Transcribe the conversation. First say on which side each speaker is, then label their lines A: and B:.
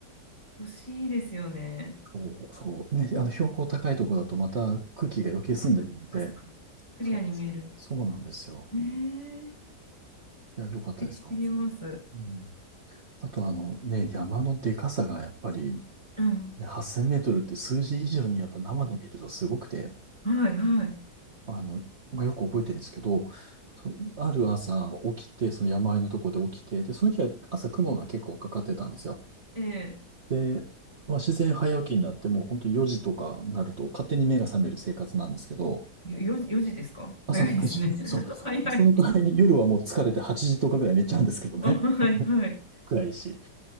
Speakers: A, on the left; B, on the right.
A: 欲しいですよね。
B: そう、そう。ね、あの、標高高いとこだとまた空気が余計澄んでるので、
A: そっかそっか。クリアに見える。
B: そう、そうなんですよ。
A: ええ、素
B: いや、良かったですか。
A: 敵すぎます。
B: うん。あとあのね、山のでかさがやっぱり、
A: うん。
B: ね、8000メートルって数字以上にやっぱ生で見るとすごくて、
A: はい、はい。
B: あの、まあ、よく覚えてるんですけど、そ、ある朝起きて、その山あいのとこで起きて、で、その日は朝雲が結構かかってたんですよ。
A: え
B: で、まあ、自然早起きになってもう本当4時とかになると勝手に目が覚める生活なんですけど、
A: え、よ、4時ですか早いですね。
B: 朝の4時、
A: <laughs>
B: そう、
A: 早い。<laughs> は
B: 朝の代わりに夜はもう疲れて8時とかぐらい寝ちゃうんですけどね。
A: い、はい。
B: 暗いし。